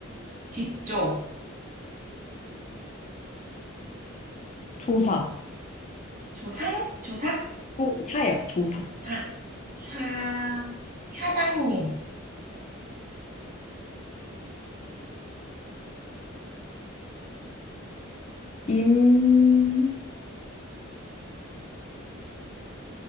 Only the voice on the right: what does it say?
직조,
조상, 조상
조사, 사, 사장님.